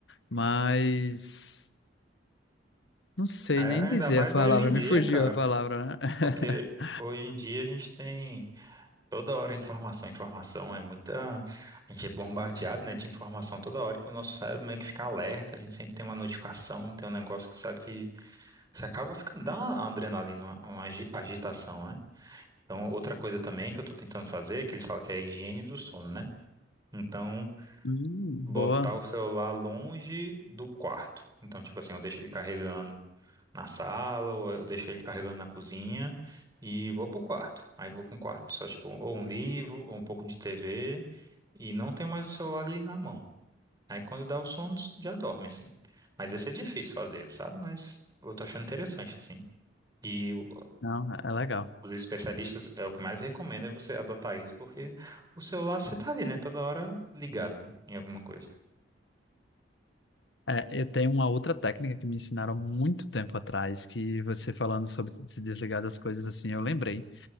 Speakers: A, on the left (about 75°); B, on the right (about 20°).
A: Mas não sei
B: É,
A: nem dizer
B: ainda mais
A: a palavra,
B: hoje em dia,
A: me fugiu
B: cara,
A: a palavra, né?
B: porque
A: <laughs>
B: hoje em dia a gente tem. Toda hora informação, informação é muita. A gente é bombardeado, né, de informação toda hora que o nosso cérebro meio que fica alerta. A gente sempre tem uma notificação, tem um negócio que sabe que você acaba ficando. Dá uma adrenalina, uma, uma agi- agitação, né? Então, outra coisa também que eu tô tentando fazer, que eles falam que é a higiene do sono, né? Então
A: Hum,
B: botar
A: boa.
B: o celular longe do quarto. Então, tipo assim, eu deixo ele carregando na sala, ou eu deixo ele carregando na cozinha e vou pro quarto. Aí vou com o quarto só, tipo, ou um livro, ou um pouco de TV, e não tenho mais o celular ali na mão. Aí quando dá o sono, já dorme, assim. Mas esse é difícil fazer, sabe? Mas eu tô achando interessante, assim. E uh,
A: Não, é legal.
B: os especialistas, é o que mais recomendo é você adotar isso, porque o celular você tá ali, né? Toda hora ligado em alguma coisa.
A: É, eu tenho uma outra técnica que me ensinaram há muito tempo atrás, que você falando sobre se desligar das coisas assim, eu lembrei